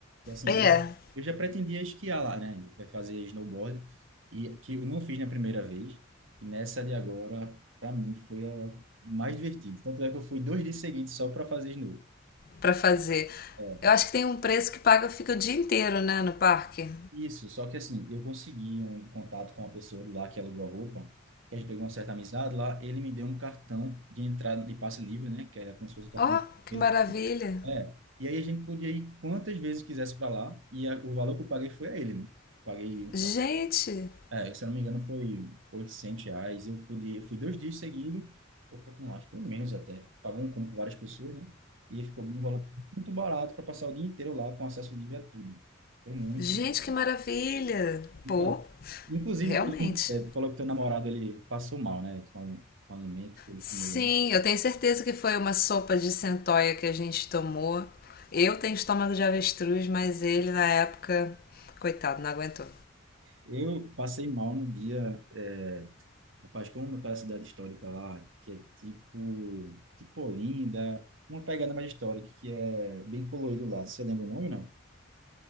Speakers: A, on the right; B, on the left.
A: E assim,
B: É,
A: eu, eu já pretendia esquiar lá, né? É, Fazer snowboard, e que eu não fiz na primeira vez. E nessa de agora, para mim, foi a mais divertida. Tanto é que eu fui dois dias seguidos só para fazer snow.
B: pra fazer.
A: É,
B: Eu acho que tem um preço que paga, fica o dia inteiro, né, no parque.
A: isso, só que assim, eu consegui um contato com uma pessoa de lá que alugou a roupa, que a gente pegou uma certa amizade lá, ele me deu um cartão de entrada de passe livre, né? Que era como se fosse um cartão.
B: Ó, que
A: ele
B: maravilha.
A: É. E aí a gente podia ir quantas vezes quisesse para lá, e a- o valor que eu paguei foi a ele, né? Paguei,
B: Gente,
A: é, se eu não me engano, foi 800 reais. Eu podia, fui dois dias seguidos, ou foi, não, acho que foi menos até. Pagou um combo com várias pessoas, né? E ficou um valor muito barato para passar o dia inteiro lá com acesso livre a tudo. Foi muito.
B: gente,
A: bom.
B: que maravilha.
A: Então,
B: Pô,
A: inclusive,
B: realmente.
A: teve um- é, tu falou que teu namorado ele passou mal, né? Com ali- com alimento que ele
B: Sim,
A: comeu.
B: eu tenho certeza que foi uma sopa de centoia que a gente tomou. Eu tenho estômago de avestruz, mas ele na época, coitado, não aguentou.
A: Eu passei mal no dia. é, Rapaz, como aquela cidade histórica lá, que é tipo, tipo Olinda, uma pegada mais histórica, que é bem colorido lá. Você lembra o nome, não?